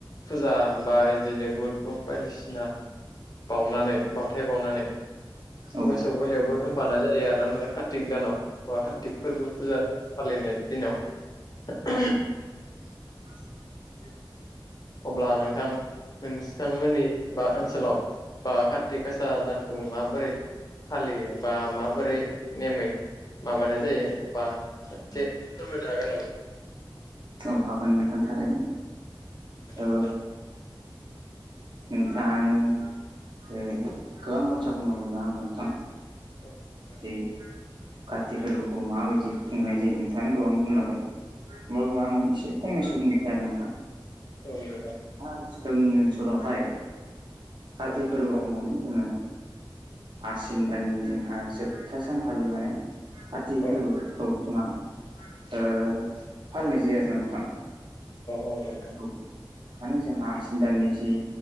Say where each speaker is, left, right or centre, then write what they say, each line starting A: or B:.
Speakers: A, on the left (about 50°); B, on the right (about 65°).
A: फुजा बा बिदिनो बुद मुग बायदिसिना बावनानै बावथाय बावनानै
B: औ
A: मोसौ गलियावबो होफानाय जायो आरो ना कार्तिक दानाव बा कार्तिक फोरबो फुजा फालिनाय दिनाव
B: <inaudible>
A: अब्ला नोंथां नोंसोथांमोननि बा ओनसोलाव बा कार्तिक गासा दानखौ माबोरै फालियो बा माबोरै नेमै माबानाय जायो एबा एसे फोरमायनो हागोन नामा
B: अ हागोन नोंथां थारैनो
A: नोंथां
B: औ नोंथाङानो गोबां बाथ्रा बुंलांबाय नंङा होमबा नोंथां
A: औ औ
B: जे कार्तिक फोरबोखौ माबायदि खुंनाय जायो नोंथांङानो गोबां बुंलांबाय अब्लाबो आं एसे फंनैसो बुंनोसै आरो नोंथां
A: औ नोंथां
B: औ जोंनि ओनसोलावहाय कार्तिक
A: औ
B: फोरबोखौ
A: नोंथां
B: माने जोङो आसिन दाननि जोंहा जोबथा सानखालि माने कार्तिक
A: औ
B: फोरबोखौ जोंहा फालिनाय जायो आरो ना नोंथां
A: औ नोंथां
B: औ माने जोंहा आसिन दाननि जि